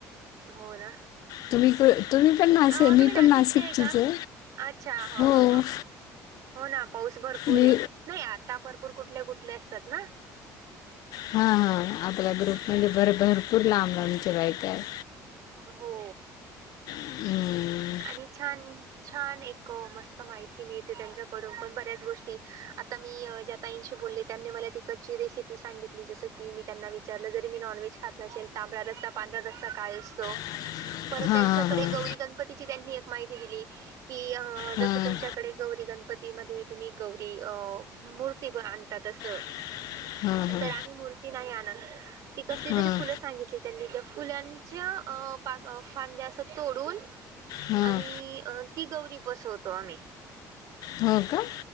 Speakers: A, on the right (about 60°); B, on the left (about 65°).
A: हो ना.
B: तुम्ही तुम्ही पण नासेक
A: अ
B: मी
A: तुम्ही नाशिकचे
B: पण नाशिकचीच
A: आहे का?
B: हे
A: अच्छा हा
B: हो.
A: हा हा हो ना पाऊस भरपूर
B: मी
A: हे नाही, आता भरपूर कुठले कुठले असतात ना.
B: हा हा आपला ग्रुप
A: हम्म
B: म्हणजे भर भरपूर लांब लांबचे बायकां आहेत.
A: हो.
B: हम्म.
A: आणि छान छान एक मस्त माहिती मिळतेे त्यांच्याकडून पण बऱ्याच गोष्टी आता मी ज्या ताईशी बोलें त्यांनी मला तिकडची रेसिपी सांगितली, जस की मी त्यांना विचारल जरी मी नॉनव्हेज खात नसेेल. तांबडा रस्ता पांढरा रस्सा काय असतो.
B: <inaudible>
A: परत त्यांच्याकडे
B: हां
A: गौरी गणपतीची त्यांनी एक माहिती दिली. कि अ
B: हां.
A: जसं तुमच्याकडे गौरी गणपतीमध्ये तुम्ही गौरी अ मुळं. की ब आणता तसं.
B: <inaudible> हां
A: तर आम्ही मूर्ती नाही आणत. ती कसली
B: हां
A: तरी फुलं सांगितली. त्यांनी त्या फुलांच्या अ फांद्या असं तोडून.
B: हां
A: आणि
B: हां.
A: ती गौरी बसवतो आम्ही.
B: हो का.